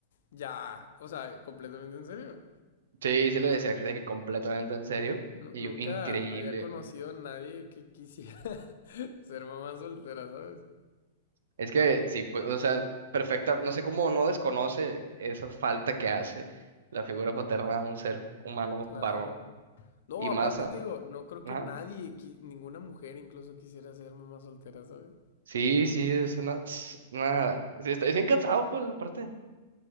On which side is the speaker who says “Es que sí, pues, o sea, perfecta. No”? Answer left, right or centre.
Right